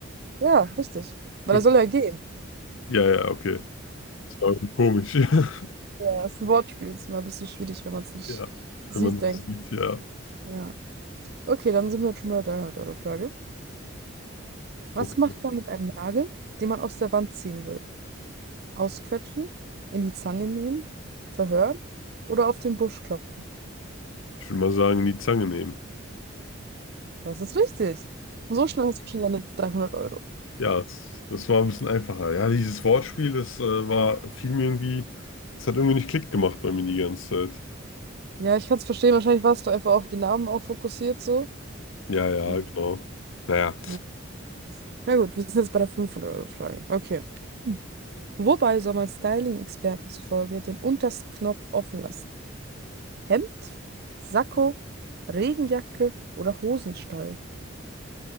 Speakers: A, on the right (about 50°); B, on the left (about 70°).
A: Ja, richtig. Weil
B: Okay.
A: er soll ja gehen.
B: Ja, ja, okay. Das war irgendwie komisch. <laughs>
A: Ja, das ist ein Wortspiel. Ist immer ein bisschen schwierig, wenn man es nicht
B: Ja, wenn
A: sieht,
B: man das
A: denke
B: sieht, ja.
A: Ja. Okay, dann sind wir jetzt schon bei der dreihundert euro frage Was
B: Okay.
A: macht man mit einem Nagel, den man aus der Wand ziehen will? Ausquetschen, in die Zange nehmen, verhören oder auf den Busch klopfen?
B: Ich würde mal sagen, die Zange nehmen.
A: Das ist richtig. So schnell hast du schon deine dreihundert Euro.
B: Ja, das, das war ein bisschen einfacher. Ja, dieses Wortspiel, das äh, war, fiel mir irgendwie, das hat irgendwie nicht Klick gemacht bei mir die ganze Zeit.
A: Ja, ich kann es verstehen. Wahrscheinlich warst du einfach auch den Namen auch fokussiert so.
B: Ja, ja,
A: Hm,
B: genau. Naja,
A: Ja. Na gut, wir sind jetzt bei der fünfhundert euro frage Okay. Hm. Wobei soll man Styling-Experten zufolge den untersten Knopf offen lassen? Hemd, Sakko, Regenjacke oder Hosenstall?